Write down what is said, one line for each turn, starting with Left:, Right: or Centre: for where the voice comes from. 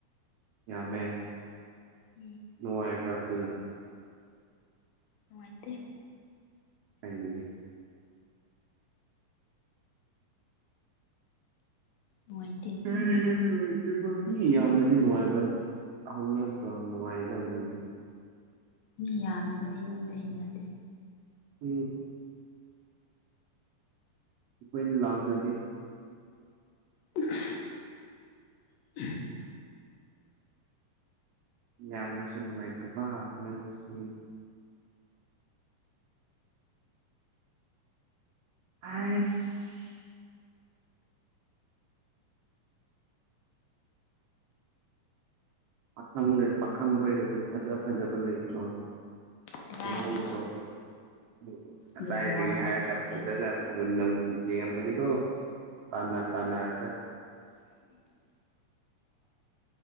Right: ꯌꯥꯝꯃꯦ
Left: ꯎꯝ
Right: ꯅꯨꯡꯉꯥꯏꯕ꯭ꯔꯥ ꯑꯗꯨꯅ
Left: ꯅꯨꯡꯉꯥꯏꯇꯦ
Right: ꯀꯩꯒꯤ
Left: ꯃꯣꯏ
Right: <unintelligible> ꯃꯤ ꯌꯥꯝꯕꯗꯤ ꯅꯨꯡꯉꯥꯏꯕ ꯍꯧꯅꯗ꯭ꯔꯣ ꯅꯨꯡꯉꯥꯏꯗꯕꯅꯤ
Left: ꯃꯤ ꯌꯥꯝꯕꯗꯨ ꯑꯩꯉꯣꯟꯗ ꯍꯩꯅꯗꯦ
Right: ꯎꯝ ꯃꯣꯏ ꯂꯥꯎꯗꯗꯤ
Left: <unintelligible>
Right: ꯌꯥꯝꯕꯁꯨ ꯅꯨꯡꯉꯥꯏꯇꯕ ꯅꯪꯁꯦ ꯑꯩꯁ ꯄꯈꯪꯅꯦ ꯄꯥꯈꯪꯒꯣꯏꯗꯁꯨ ꯐꯖꯥ ꯐꯖꯥꯕ ꯂꯩꯇ꯭ꯔꯣ
Left: ꯀꯗꯥꯏ
Right: <unintelligible> ꯀꯗꯥꯏꯗꯒꯤ
Left: ꯑꯗꯨꯕꯨ ꯋꯥꯅꯦ
Right: ꯍꯥꯏꯔꯒ
Left: ꯉꯥꯡꯅꯩ
Right: ꯐꯖꯅ ꯃꯨꯟꯅ ꯌꯦꯡꯕꯅꯤꯀꯣ ꯇꯥꯟꯅꯥ ꯇꯥꯟꯅꯥꯔꯒ